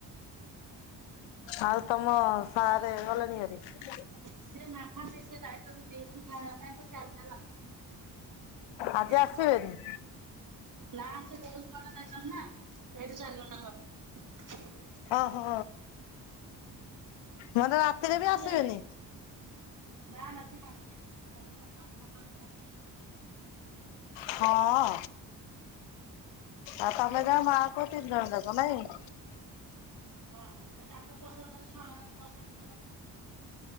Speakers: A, on the left (about 75°); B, on the right (about 40°).
A: ଆଉ ତମ ସାରେ ଗଲେଣି ଭାରି ।
B: ସେ ନାହାନ୍ତି <unintelligible> ଆସିନାହାନ୍ତି।
A: ଆଜି ଆସିବେନି।
B: <unintelligible> ସେଇଠୁ ଚାରି ଘଣ୍ଟା।
A: ଓ ହୋ। ମାନେ ରାତିରେ
B: ଯାଇଛନ୍ତି
A: ବି ଆସିବେନି।
B: ଯେ ନା ନା ସେ କାଲି କାଲି ସକାଳୁ ସକାଳୁ ଧରିକି ଆଇଲି।
A: ହଁ ଆଉ ତା <unintelligible> ମା ପୁଅ ତିନି ଜଣ ଯାକ ନାଇଁ। <inaudible>
B: ହଁ ହଁ ତାଙ୍କ ପସନ୍ଦର ଛୁଆ ମାନଙ୍କ ପସନ୍ଦର